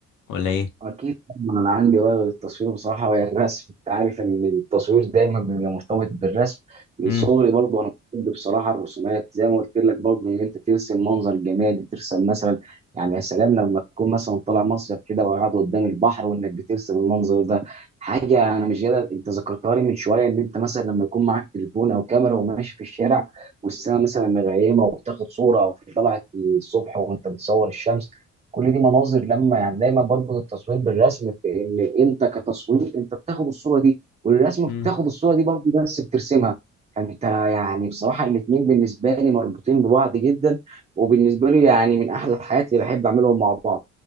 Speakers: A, on the left (about 85°); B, on the right (about 20°).
A: ولا ايه
B: أكيد طبعاً أنا عندي هواية غير التصوير بصراحة وهي الرسم، أنت عارف إن التصوير دايما بيبقى مرتبط بالرسم، من
A: مم.
B: صغري برضه أنا بحب بصراحة الرسومات، زي ما قلت لك برضه إن أنت ترسم منظر جمالي، ترسم مثلا يعني يا سلام لما تكون مثلا طالع مصيف كده وقاعد قدام البحر وإنك بترسم المنظر ده، حاجة أنا مش قادر أنت ذكرتها لي من شوية إن أنت مثلا لما يكون معاك تليفون أو كاميرا وماشي في الشارع والسماء مثلا مغيمة وبتاخد صورة أو في طلعت الصبح وأنت بتصور الشمس. كل دي مناظر لما يعني دايما بربط التصوير بالرسم في ان انت كتصوير انت بتاخد الصوره دي والرسم
A: مم.
B: بتاخد الصوره دي برضه بس بترسمها فانت يعني بصراحه الاثنين بالنسبه لي مربوطين ببعض جدا وبالنسبه لي يعني من احلى الحاجات اللي بحب اعملهم مع بعض